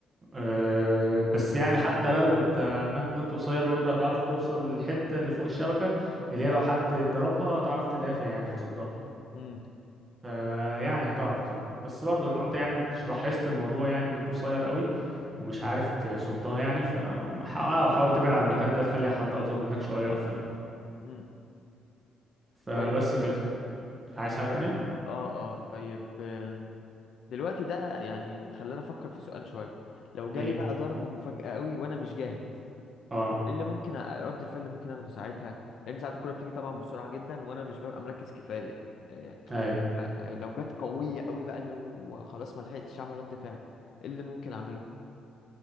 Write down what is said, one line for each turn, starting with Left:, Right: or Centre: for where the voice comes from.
Right: أه بس يعني حتى لو انت مهما كنت قصير برضه هتعرف توصل للحتة اللي فوق الشبكة اللي هي لو حد ضربها هتعرف تدافع يعني تصدها
Left: امم
Right: فيعني هتعرف اظن بس برضه لو انت يعني مش لاحظت الموضوع يعني انك قصير قوي ومش عارف تصدها يعني فحاول تبعد عن المكان ده تخلي حد اطول منك شوية يقف فيه
Left: امم
Right: فبس
Left: طيب
Right: كده عايز حاجة
Left: طيب
Right: تانية؟
Left: اه اه طيب آه، دلوقتي ده يعني خلاني افكر في سؤال شويه لو جالي
Right: ايه
Left: بقى ضربه مفاجاه قوي وانا مش جاهز
Right: اه
Left: إيه اللي ممكن أ- رد الفعل اللي ممكن اخده ساعتها لان ساعات الكوره بتيجي طبعا بسرعه جدا وانا مش ببقى مركز كفايه آه،
Right: اي
Left: بقى لو جت قوية قوي بقى اللي هو خلاص ما لحقتش اعمل رد فعل إيه اللي ممكن اعمله